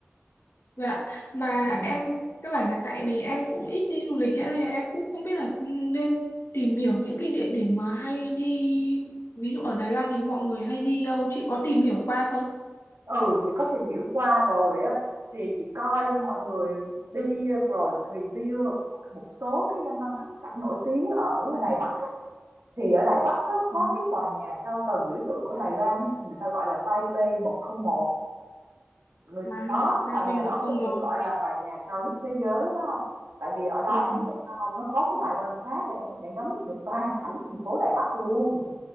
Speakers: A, on the left; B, on the right.
A: Dạ, mà
B: Ừ.
A: em các bạn là tại vì em cũng ít đi du lịch ấy, nên là em cũng không biết là nên tìm hiểu những cái địa điểm mà hay đi ví dụ ở Đài Loan thì mọi người hay đi đâu chị có tìm hiểu qua không?
B: Ừ, chị có tìm hiểu qua rồi á thì chị coi mọi người đi rồi review và một một số cái danh lam thắng cảnh nổi tiếng ở Đài Bắc á. thì ở Đài Bắc á, có
A: Ừ.
B: cái tòa nhà cao tầng biểu tượng của Đài Loan á, người ta gọi là Taipei một không một người
A: À,
B: đó cái
A: à
B: tòa
A: bên
B: nhà
A: một
B: đó
A: không
B: từng
A: một
B: được gọi là tòa nhà cao nhất thế giới đó không? tại vì ở đó
A: ừ.
B: em biết tại sao không nó có cái đài quan sát để em có thể ngắm được toàn cảnh thành phố Đài Bắc luôn